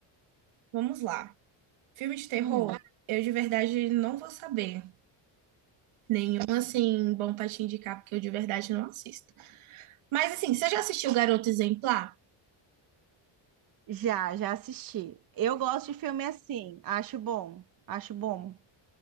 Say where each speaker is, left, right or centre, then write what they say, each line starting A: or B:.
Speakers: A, on the right (about 80°); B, on the right (about 45°).
A: vamos lá. Filme de terror,
B: hum.
A: eu de verdade não vou saber. Nenhum, assim, bom pra te indicar, porque eu de verdade não assisto. Mas, assim, você já assistiu Garoto Exemplar?
B: Já, já assisti. Eu gosto de filme assim, acho bom, acho bom.